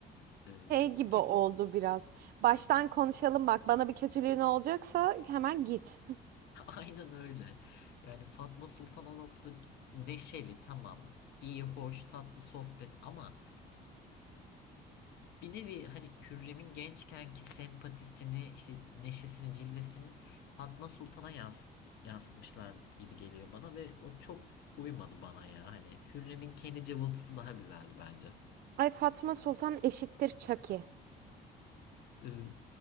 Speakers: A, on the left; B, on the right.
A: E,
B: Şey gibi
A: ki
B: oldu
A: <laughs>
B: biraz. Baştan konuşalım bak. Bana bir kötülüğün olacaksa hemen git.
A: aynen öyle. Yani Fatma Sultan o noktada neşeli tamam, iyi, hoş, tatlı sohbet ama bir nevi hani Hürrem'in gençkenki sempatisini, işte neşesini, cilvesini Fatma Sultan'a yansıt, yansıtmışlar gibi geliyor bana ve o çok uymadı bana ya. Hani Hürrem'in kendi cıvıltısı daha güzeldi bence.
B: Ay Fatma Sultan eşittir Çaki.
A: Ee,